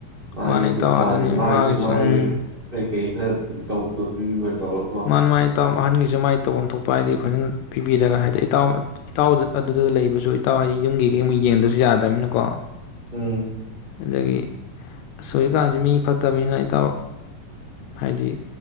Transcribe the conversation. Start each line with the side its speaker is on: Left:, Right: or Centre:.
Right: ꯃꯥꯒꯤꯁꯨ
Left: ꯃꯥꯅꯤ ꯏꯇꯥꯎ
Right: ꯊꯥꯒꯤ
Left: ꯑꯗꯅꯤ ꯃꯥꯒꯤꯁꯨ
Right: ꯃꯥꯒꯤ
Left: ꯎꯝ
Right: ꯀꯩ ꯀꯩ ꯈꯔ ꯇꯧꯕ ꯄꯤꯕꯤꯕ ꯇꯧꯔꯀꯣ
Left: ꯃꯥꯅꯤ ꯃꯥꯅꯤ ꯏꯇꯥꯎ ꯑꯍꯟꯒꯤꯁꯨ ꯃꯥꯏ ꯇꯧꯕꯝ ꯊꯣꯛꯄ ꯍꯥꯏꯗꯤ ꯐꯖꯟ ꯄꯤꯕꯤꯔꯒ ꯍꯥꯏꯗꯤ ꯏꯇꯥꯎ ꯏꯇꯥꯎ ꯑꯗꯨꯗ ꯂꯩꯕꯁꯨ ꯏꯇꯥꯎ ꯍꯥꯏꯗꯤ ꯌꯨꯝꯒꯤ ꯀꯩꯝꯒꯤ ꯌꯦꯡꯗꯁꯨ ꯌꯥꯗꯕꯅꯤꯅꯀꯣ
Right: ꯎꯝ
Left: ꯑꯗꯒꯤ ꯑꯁ ꯍꯧꯖꯤꯛꯀꯥꯟꯁꯤ ꯃꯤ ꯐꯠꯇꯕꯅꯤꯅ ꯏꯇꯥꯎ ꯍꯥꯏꯗꯤ